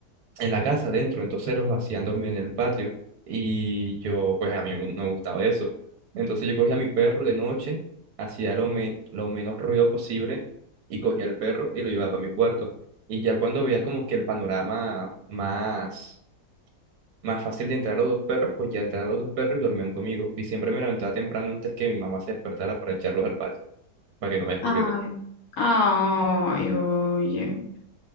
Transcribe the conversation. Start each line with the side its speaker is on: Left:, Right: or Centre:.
Right: en la casa adentro, entonces los hacían dormir en el patio y yo, pues a mí me- no me gustaba eso. Entonces yo cogía a mi perro de noche, hacía lo, me- lo menos ruido posible y cogía al perro y lo llevaba para mi cuarto. Y ya cuando veía como que el panorama más, más fácil de entrar los dos perros, pues ya entraron los dos perros y dormían conmigo. Y siempre me levantaba temprano antes que mi mamá se despertara para echarlos al patio, para que no me descubrieran.
Left: Ay, Ay, oye,